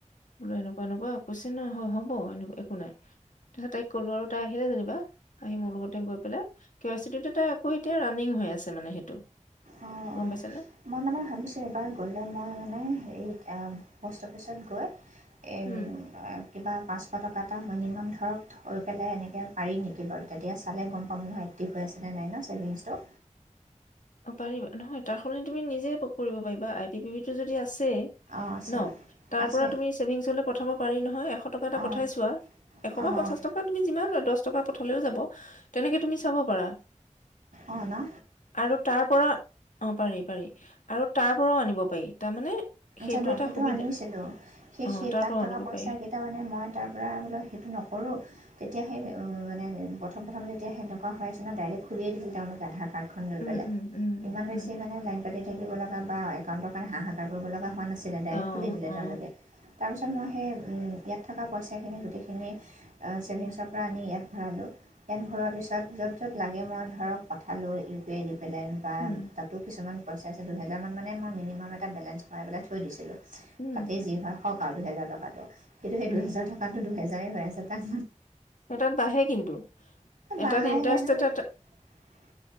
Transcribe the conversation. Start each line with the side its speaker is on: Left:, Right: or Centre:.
Left: বোলো এনেকুৱা এনেকুৱা কৈছে ন হ'ব এনেকুৱা একো নাই। তা পাছত তাইক কলো আৰু তাই আহিলে যেনিবা আহি মোৰ লগতে গৈ পেলাই কে ৱাইচি তাই আকৌ এতিয়া <unintelligible> নিং হৈ আছে মানে সেইটো।
Right: অঁ
Left: গম
Right: অঁ
Left: পাইছানে
Right: মই মানে ভাবিছোঁ এবাৰ গ'লে মই মানে হেৰি অঁ প'ষ্ট অফিচত গৈ এ
Left: উম
Right: কিবা পাঁচশ টকা এটা মিনিমাম ধৰক কৈ পেলাই এনেকে পাৰি নেকি বাৰু তেতিয়া চালে গম পাম নহয় এক্টিভ হৈ আছে নে নাই ন ছেভিংছটো।
Left: অঁ পাৰিবা নহয় তাৰ সলনি তুমি নিজে পক কৰিব পাৰিবা আই টি পি বি যদি আছেই
Right: অঁ আছে
Left: ন তাৰ
Right: আছে
Left: পৰা তুমি ছেভিংছলে পঠাব পাৰি নহয় এশ টকা এটা
Right: অঁ
Left: পঠাইছোৱা। এশ
Right: অঁ
Left: বা পঞ্চাশ টকা তুমি যিমান দশ টকা পঠালেও যাব তেনেকে তুমি চাব পাৰা।
Right: অ না
Left: আৰু তাৰ পৰা অঁ পাৰি পাৰি আৰু তাৰ পৰাও আনিব পাৰি তাৰমানে
Right: জানো
Left: এটা
Right: সেইটো
Left: সুবিধা
Right: আনিছিলোঁ, সেই
Left: অ
Right: সেই
Left: তাৰ
Right: তাত
Left: পৰাও
Right: থকা
Left: আনিব
Right: পইচা
Left: পাৰি
Right: তাৰমানে মই তাৰ পৰা বোলো সেইটো নকৰোঁ। তেতিয়া সেই মানে প্ৰথম প্ৰথম যেতিয়া সেনেকুৱা হৈ আছে ন ডাইৰেক্ট খুলিয়েই দিছিল তেওঁলোকে আধাৰ কাৰ্ড খন লৈ
Left: উম
Right: পেলাই,
Left: উম উম
Right: ইমান বেছি
Left: উম
Right: মানে লাইন পাতি থাকিব লগা বা একাউণ্টৰ কাৰণে হাহাকাৰ কৰিব লগা হোৱা না ছিলে ডাইৰেক্ট
Left: অ
Right: খুলি দিলে
Left: অ
Right: তেওঁলোকে, তাৰপিছত মই সেই ইয়াত থকা পইচাখিনি গোটেইখিনি অঁ ছেভিংছৰ পৰা আনি ইয়াত ভৰালোঁ। ইয়াত ভৰোৱা হোৱাৰ পিছত য'ত য'ত লাগে মই ধৰক পঠালোঁ ইউ পি আই দি পেলাই। বা
Left: উম
Right: তাতো কিছুমান পইচা আছে দুহেজাৰমান মানে মই মিনিমাম এটা বেলেঞ্চ ভৰাই পেলাই থৈ দিছিলোঁ।
Left: উম
Right: তাতেই যি হয় হওক আৰু দুহেজাৰ টকাটো কিন্তু সেই
Left: উম
Right: দুহেজাৰ ট তা তো দুহেজাৰেই হৈ আছে তাক
Left: এটাত বাঢ়ে কিন্তু এটাত
Right: মানে
Left: ইণ্টাৰেষ্ট এটা
Right: <unintelligible>